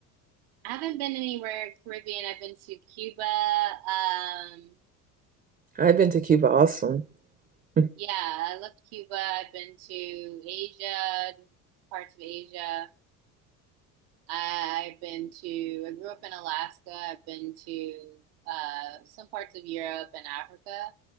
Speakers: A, on the right; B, on the right.
A: I haven't been anywhere Caribbean. I've been to Cuba. Um,
B: I've been to Cuba also. <laughs>
A: yeah, I loved Cuba. I've been to Asia, parts of Asia. I've been to, I grew up in Alaska. I've been to uh, some parts of Europe and Africa.